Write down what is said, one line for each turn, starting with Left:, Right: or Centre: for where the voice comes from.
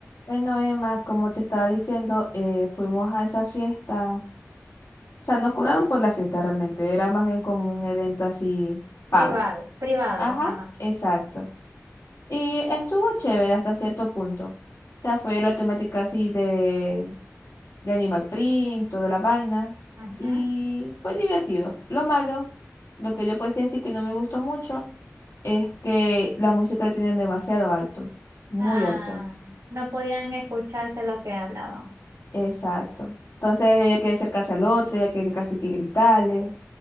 Left: Bueno, Emma, como te estaba diciendo, eh, fuimos a esa fiesta. O sea, nos cobraron por la fiesta realmente. Era más bien como un evento así pago.
Right: privado, privado,
Left: Ajá,
Right: ajá.
Left: exacto. Y estuvo chévere hasta cierto punto. O sea, fue la temática así de, de Animal Print, toda la vaina.
Right: Ujú.
Left: Y fue divertido. Lo malo, lo que yo puedo decir así que no me gustó mucho, es que la música la tienen demasiado alto. Muy
Right: Ah,
Left: alto.
Right: no podían escucharse lo que hablaban.
Left: Exacto. Entonces había que acercarse al otro, había que casi que gritarle,